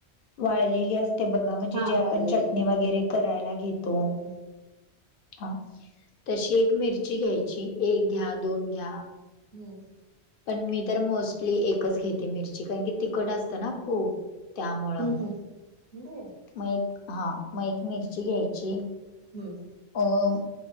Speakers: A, on the left; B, on the right.
A: वाळलेली असते बघा म्हणजे
B: हा
A: जे
B: वाळलेली
A: आपण चटणी वगेरे करायला घेतो.
B: करते
A: हा, तशी एक मिरची घ्यायची एक घ्या दोन घ्या.
B: हम्म,
A: पण मी तर मोस्टली एकच घेते मिरची कारण की, तिकट असतं ना खूप. त्यामुळं
B: हम्म हम्म होय
A: मग एक हा मग एक मिरची घ्यायची.
B: हम्म,
A: ''अं''